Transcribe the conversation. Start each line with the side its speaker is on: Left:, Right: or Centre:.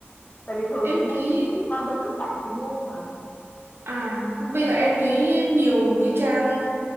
Left: Tại vì thường
Right: em
Left: chị mua
Right: thấy
Left: sim mà chị qua bên nước bạn chị mua không à.
Right: À, bây giờ em thấy nhiều cái trang